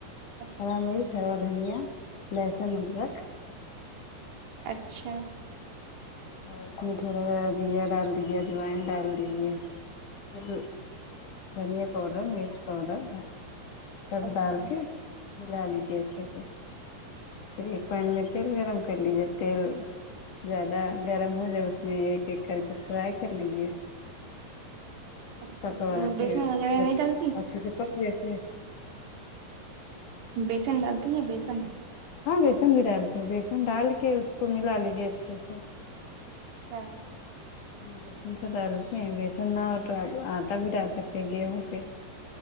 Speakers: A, on the right; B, on the left.
A: اچھا
B: ہرا مرچ ہارا دھنیا لہسن ادرک
A: اچھا
B: اور اس میں تھوڑا سا زیرا ڈال دیجے اجوائن ڈال دیجے پھر دھنیا پاؤڈر مرچ پاؤڈر سب
A: اچھا
B: ڈال کے ملا لیجیے اچھے سے پھر ایک پین میں تیل گرم کر لیجیے تیل زیادہ گرم ہو جائے اس میں ایک ایک کر کے فرائی کر لیجیے
A: اچھا
B: پکوڑا
A: اور
B: پھر
A: بیسن وغیرہ
B: جب
A: نہیں ڈالتی
B: اچھے سے پک جایے ہے
A: بیسن ڈالتی ہیں بیسن
B: ہاں بیسن بھی ڈالتی بیسن ڈال کے اس کو ملا لیجیے اچھے سے
A: اچھا
B: بیسن تو ڈالتے ہیں بیسن نہ ہو تو آپ آٹا بھی ڈال سکتے ہیں گیہوں کے